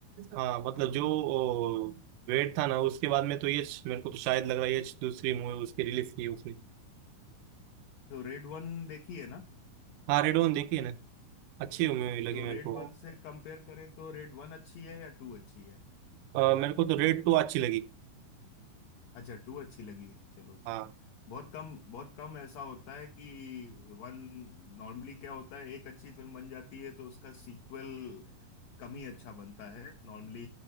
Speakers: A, on the right; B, on the left.
A: हाँ मतलब जो वेट था ना उसके बाद में तो ये मेरे को तो शायद लग रहा है ये दूसरी मूवी उसकी रिलीज की उसकी
B: तो रेड वन देखी है ना
A: हाँ रेड वन देखी है ना अच्छी मूवी लगी
B: तो
A: मेरे
B: रेड
A: को
B: वन से कंपेयर करें तो रेड वन अच्छी है या टू अच्छी है
A: अ, मेरे को तो रेड टू अच्छी लगी
B: अच्छा टू अच्छी लगी चलो
A: हाँ
B: बहुत कम बहुत कम ऐसा होता है कि वन नॉर्मली क्या होता है एक अच्छी फिल्म बन जाती है तो उसका सीक्वल कम ही अच्छा बनता है नॉर्मली